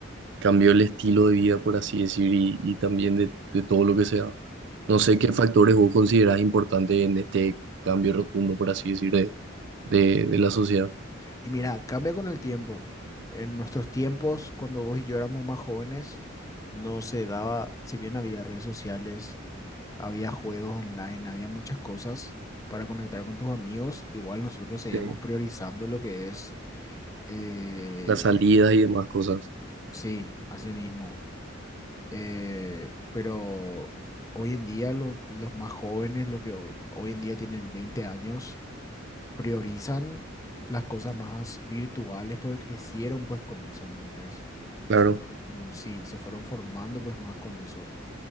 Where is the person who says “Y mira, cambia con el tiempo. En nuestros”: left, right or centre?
Left